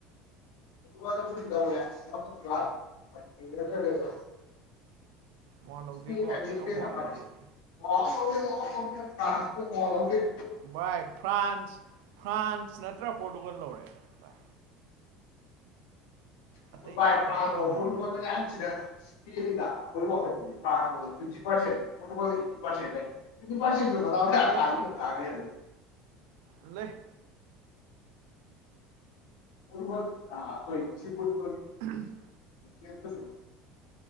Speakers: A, on the left (about 85°); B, on the right (about 80°).
A: <unintelligible>
B: ꯋꯥ
A: <unintelligible>
B: ꯂꯧꯗꯦꯀꯣ ꯑꯇꯩ ꯑꯃ ꯋꯥ ꯂꯧꯗꯦ ꯚꯏ ꯐ꯭ꯔꯥꯟꯁ ꯐ꯭ꯔꯥꯟꯁ ꯅꯠꯇ꯭ꯔ ꯄꯣꯔꯇꯨꯒꯜ ꯂꯧꯔꯦ ꯚꯥꯏ ꯑꯇꯩ
A: ꯑꯗꯨ ꯥꯏ
B: ꯑꯇꯩ
A: ꯇꯥꯟꯄ
B: ꯑꯃ
A: ꯐꯨꯠꯕꯣꯜꯗ
B: ꯋꯥ ꯂꯧꯗꯦ
A: ꯌꯥꯁꯤꯔ <unintelligible> ꯃ ꯇꯥꯏ
B: ꯂꯩ
A: ꯇꯥꯉꯦ ꯍꯥꯏꯦ
B: ꯄꯂꯦ
A: <unintelligible>
B: ꯎꯝ
A: ꯌꯦ ꯊꯁꯨꯕꯣ <unintelligible>